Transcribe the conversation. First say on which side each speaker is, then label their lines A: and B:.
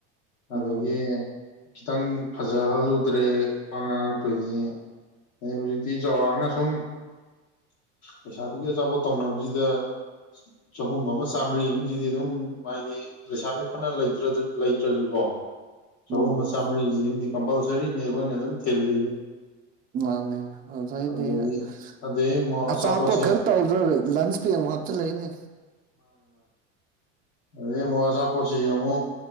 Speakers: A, on the left (about 70°); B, on the right (about 25°).
A: ꯑꯗꯒꯤ
B: ꯑꯗꯨꯅꯦ
A: ꯈꯤꯇꯪ ꯐꯖꯍꯜꯂꯨꯗ꯭ꯔꯦ ꯋꯥ ꯉꯥꯡꯉꯛꯇꯣꯏꯅꯤ ꯑ ꯍꯧꯖꯤꯛꯇꯤ ꯆꯥꯎꯔꯥꯛꯅ ꯊꯨꯝ ꯂꯩꯁꯥꯕꯤꯒꯤ ꯑꯆꯥꯄꯣꯠ ꯇꯧꯅꯕꯁꯤꯗ ꯆꯍꯨꯝ ꯑꯃ ꯆꯥꯝꯃꯔꯤ ꯑꯃꯗꯤ ꯑꯗꯨꯝ ꯍꯥꯏꯗꯤ ꯂꯩꯁꯥꯕꯤ ꯐꯅꯇ꯭ꯔ ꯂꯩꯇ꯭ꯔꯁꯨꯀꯣ ꯆꯥꯍꯨꯝ
B: ꯎꯝ
A: ꯑꯃꯥ ꯆꯝꯃ ꯔꯤ ꯖꯤꯃꯗꯤ ꯀꯝꯄꯜꯁꯔꯤꯅꯤ ꯑꯩꯈꯣꯏꯅ ꯑꯗꯨꯝ ꯊꯤꯜꯂꯤꯁꯦ
B: ꯃꯥꯅꯦ <unintelligible>
A: ꯑꯗꯒꯤ ꯑꯗꯩ ꯑꯃꯨꯛ ꯑꯆꯥꯄꯣꯠꯁꯦ
B: ꯑꯆꯥꯄꯣꯠ ꯈꯛ ꯇꯧꯗ꯭ꯔ ꯂꯟꯁ ꯄꯦꯛ ꯑꯃꯨꯛ ꯍꯥꯞꯆꯤꯂꯛꯏꯅꯦ꯫
A: ꯑꯗꯩꯩ ꯑꯥ ꯃꯨꯛ ꯑꯆꯥꯄꯣꯠ ꯁꯤ ꯑꯃꯨꯛ